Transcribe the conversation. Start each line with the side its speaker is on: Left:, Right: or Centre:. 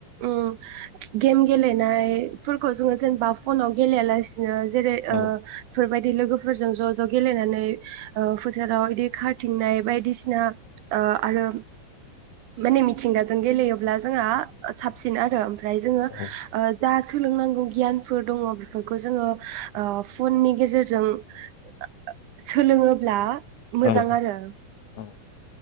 Right: उम गेम गेलेनायफोरखौ जोङो जेनेबा फनाव गेलेया लास सिनो जेरै
Left: औ
Right: ओ फोरबायद लोगोफोरजों ज' ज' गेलेनानै ओ फोथाराव इदि खारथिंनाय बायद दिसिना ओ आरो माने मिथिंगाजों गेलेयोब्ला जोंहा साबसिन आरो ओमफ्रा फ्राय जोङो ओ
Left: औ
Right: जाहा स सोलोंनांगौ गियानफोर दङ बेफोरखौ जोङो ओ फननि गेजेरजों <unintelligible> सोलोङोब्ला मोजां
Left: औ
Right: आरो।
Left: औ